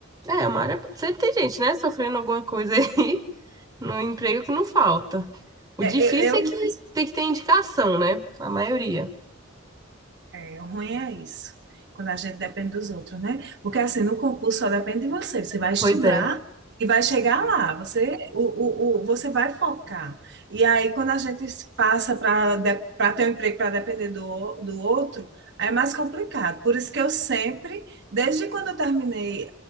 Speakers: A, on the right; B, on the right.
A: É, é uma área. Sempre tem gente, né, sofrendo alguma coisa aí <laughs> no emprego que não falta. O
B: É,
A: difícil
B: eu, eu
A: é que
B: não fiz.
A: tem que ter indicação, né? A maioria.
B: É, o ruim é isso, quando a gente depende dos outros, né? Porque assim, no concurso só depende de você. Você vai estudar
A: Pois é.
B: e vai chegar lá. Você, o, o, o- você vai focar. E aí, quando a gente se passa para para ter um emprego para depender do, do outro, é mais complicado. Por isso que eu sempre, desde quando eu terminei